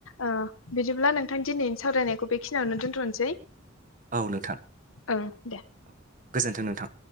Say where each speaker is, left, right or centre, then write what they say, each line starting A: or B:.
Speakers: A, on the left (about 80°); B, on the right (about 40°).
A: ओ बिदिब्ला नोंथांनि दिनैनि सावरायनायखौ बेखिनियावनो दोनथनोसै
B: औ नोंथां
A: ओं दे
B: औ गोजोनथों नोंथां